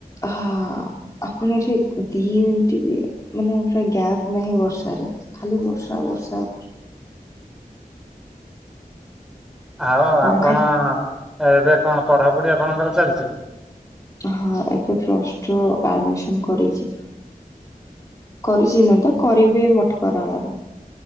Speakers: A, on the left; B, in the centre.
A: ହଁ। ଆପଣ ଏଠି ଦି ମିଣ୍ଟବି ମାନେ ପୁରା ଗ୍ୟାପ୍ ନାହିଁ ବର୍ଷାରେ। ଖାଲି ବର୍ଷା ବର୍ଷା।
B: ଆଉ
A: କଣ
B: ଆପଣ
A: ଖା
B: ଏବେ କଣ ପଢ଼ାପଢ଼ି ଆପଣଙ୍କର ଚାଲିଛି
A: ହଁ ଏବେ ପ୍ଲସ୍ ଟୁ ଆଡ଼ମିସନ୍ କରିଛି। କରିଚି ନୁହେଁ ତ କରିବି ଏ ମଠକରଳାରେ।